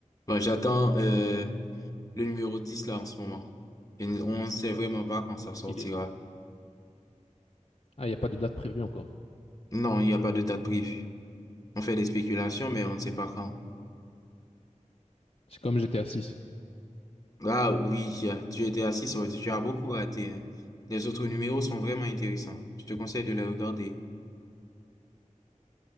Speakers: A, on the left; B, on the left.
A: Bah, j'attends euh, le numéro 10 là en ce moment. Et n- on ne sait vraiment pas quand ça sortira.
B: Il est... Ah, il n'y a pas de date prévue encore.
A: Non, il n'y a pas de date prévue. On fait des spéculations, mais on ne sait pas quand.
B: C'est comme GTA 6.
A: Ah oui, y tu étais assis, ça veut dire que tu as beaucoup raté. hein. Les autres numéros sont vraiment intéressants. Je te conseille de les regarder.